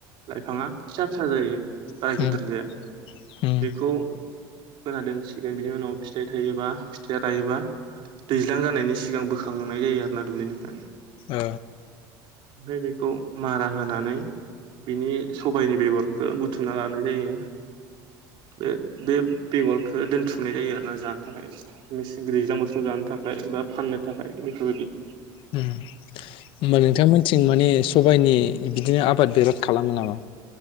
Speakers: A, on the right; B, on the left.
A: लाइफाङा फिसा फिसा जायो बारा
B: उम
A: गिदिर जाया
B: उम
A: बेखौ फोना दोनसिगोन बिनि उनाव फिथाइ थायोबा, फिथाइया रायोबा दैज्लां जानायनि सिगां बोखांहोनाय जायो आरो ना दुब्लिनिफ्राय।
B: ओ।
A: ओमफ्राय बेखौ मारा होनानै बिनि सबायनि बेगरखो बुथुमना लानाय जायो। बे-बे बेगरखो दोनथुमनाय जायो आरोना जानो थाखाय, मेसें दैज्लां बोथोराव जानो थाखाय बा फाननो थाखाय। बेफोरबादि।
B: होमबा नोंथांमोनथिं माने सबायनि बिदिनो आबाद बेराद खालामो नामा?